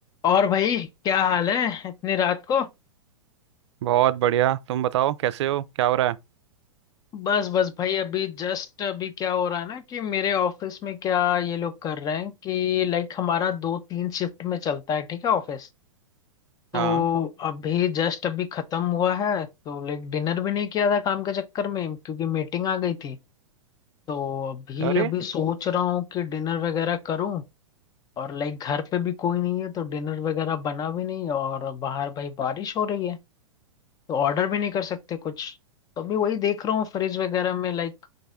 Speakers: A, on the left; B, on the right.
A: और भाई क्या हाल है इतनी रात को
B: बहुत बढ़िया तुम बताओ कैसे हो क्या हो रहा है
A: बस बस भाई अभी जस्ट अभी क्या हो रहा है ना कि मेरे ऑफिस में क्या ये लोग कर रहे हैं कि लाइक हमारा दो तीन शिफ्ट में चलता है ठीक है ऑफिस तो
B: हाँ
A: अभी जस्ट अभी खत्म हुआ है तो लाइक डिनर भी नहीं किया था काम के चक्कर में क्योंकि मीटिंग आ गई थी तो अभी
B: अरे
A: अभी सोच रहा हूँ कि डिनर वगैरह करूँ और लाइक घर पे भी कोई नहीं है तो डिनर वगैरह बना भी नहीं और बाहर भाई बारिश हो रही है तो ऑर्डर भी नहीं कर सकते कुछ तो अभी वही देख रहा हूँ फ्रिज वगैरह में लाइक